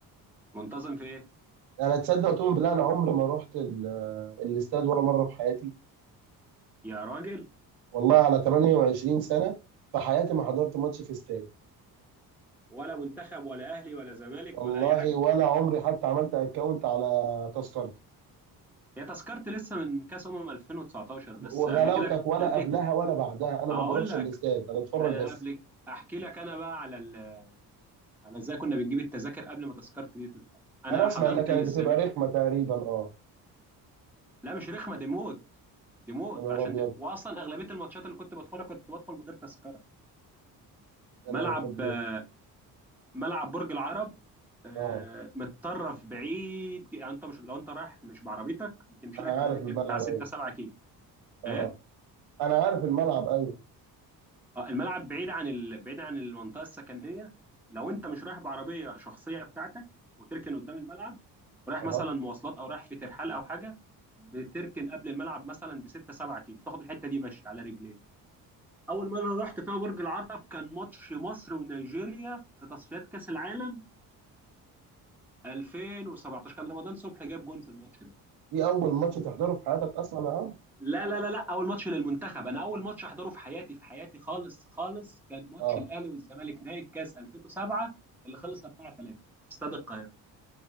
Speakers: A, in the centre; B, on the right.
A: منتظم في ايه
B: انا تصدق تقول بالله انا عمري ما رحت ال- الاستاد ولا مره في حياتي
A: يا راجل
B: والله على 28 سنه في حياتي ما حضرت ماتش في استاد
A: ولا منتخب ولا اهلي ولا زمالك
B: والله
A: ولا اي حاجه
B: ولا عمري حتى عملت اكونت على تذكرتي
A: هي تذكرتي لسه من كاس امم 2019 بس
B: وغلاوتك
A: قبل كده
B: ولا
A: قبل
B: قبلها ولا بعدها انا
A: اقول
B: ما بروحش
A: لك
B: الاستاد انا اتفرج
A: انا
B: بس
A: قبل احكي لك انا بقى على ال على ازاي كنا بنجيب التذاكر قبل ما تذكرتي دي تطلع انا
B: انا اسمع
A: حضرت
B: انها كانت
A: للزمان
B: بتبقى رخمه تقريبا اه
A: لا مش رخمه دي موت دي موت
B: يا نهار
A: عشان
B: ابيض
A: دي... واصلا اغلبيه الماتشات اللي كنت بدخلها كنت بدخل من غير تذكره
B: يا
A: ملعب
B: نهار ابيض
A: آه، ملعب برج العرب آه،
B: اه
A: متطرف بعيد ج- يعني انت مش لو انت رايح مش بعربيتك بتمشي
B: انا
A: لك على
B: عارف
A: رجلك
B: الملعب
A: بتاع 6
B: ايوه
A: 7 كيلو
B: اه
A: ايه
B: انا عارف الملعب ايوه
A: اه الملعب بعيد عن ال... بعيد عن المنطقه السكنيه لو انت مش رايح بعربيه شخصيه بتاعتك وتركن قدام الملعب ورايح
B: اه
A: مثلا مواصلات او رايح في ترحال او حاجه بتركن قبل الملعب مثلا ب 6 7 كيلو تاخد الحته دي ماشي على رجليك اول مره رحت فيها برج العرب كان ماتش مصر ونيجيريا في تصفيات كاس العالم 2017 كان رمضان صبحي جاب جون في الماتش ده
B: دي اول ماتش تحضره في حياتك اصلا يا عم
A: لا لا لا لا اول ماتش للمنتخب انا اول ماتش احضره في حياتي في حياتي خالص خالص كان ماتش
B: اه
A: الاهلي والزمالك نهائي الكاس 2007 اللي خلص 4 3 في استاد القاهره